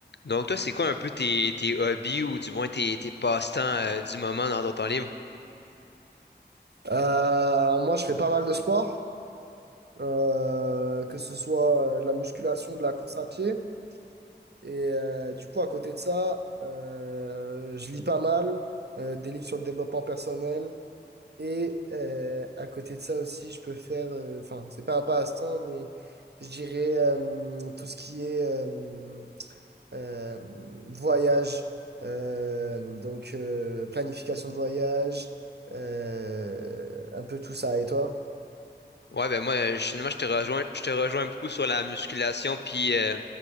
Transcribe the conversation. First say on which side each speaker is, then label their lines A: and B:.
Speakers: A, on the left; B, on the right.
A: Donc toi, c'est quoi un peu tes, tes hobbies ou du moins tes, tes passe-temps euh, du moment dans ton temps libre?
B: Euh, alors moi, je fais pas mal de sport, euh, que ce soit euh, de la musculation, de la course à pied. Et euh, du coup, à côté de ça, euh, je lis pas mal euh, des livres sur le développement personnel. Et euh, à côté de ça aussi, je peux faire, euh, enfin, c'est pas un passe-temps, mais je dirais euh, tout ce qui est euh, euh, voyage, euh, donc euh, planification de voyage, euh, un peu tout ça. Et toi?
A: Ouais, ben moi, euh, je, moi, je te rejoins, je te rejoins beaucoup sur la musculation puis, euh,